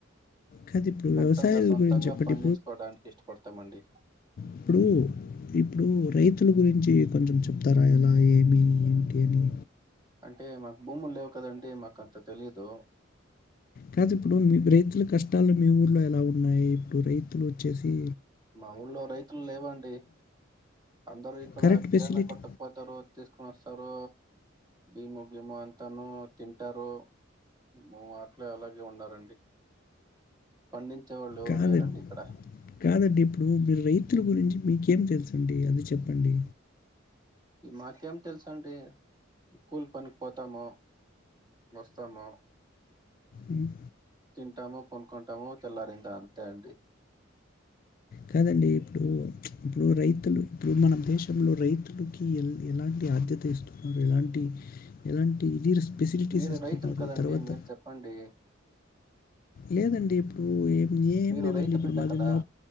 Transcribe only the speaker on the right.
సొంతంగ
సొంతంగా
పండిచ్చుకోడానికి ఇష్టపడతామండి.
అంటే మల్ భూముల్ లేవు కదండి మాకంత తెలీదు.
మా ఊళ్లో రైతుల్ లేవండి అందరు ఇక్కడ
కిరాణా
కొట్టక్ పోతారు తీస్కొన్ వస్తారూ భీము, గీము అంతాను తింటారు. మ్ అట్లే అలాగే ఉన్నారండి పండిం చేవాళ్ళు ఎవరు
లేరండి ఇక్కడ
ఈ మాకేం తెల్సండి కూల్ పనిక్ పోతాము. వస్తాము
తింటాము, కొనుకుంటాము, తెల్లారిందా అంతే అండి
మీరు
రైతులు కదండి
మీరు చెప్పండి.
మీరు
రైతు
బిడ్డ
కదా